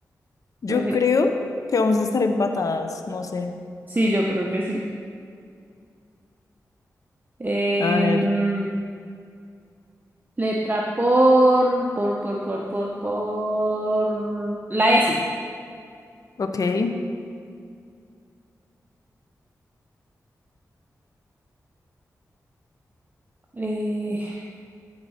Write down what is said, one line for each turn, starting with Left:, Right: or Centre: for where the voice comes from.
Left: Yo
Right: No dije-
Left: creo que vamos a estar empatadas, no sé.
Right: Sí, yo creo que sí. Eh,
Left: A ver,
Right: mm, letra por, por, por, por, por, por. La S.
Left: ok.
Right: Eh,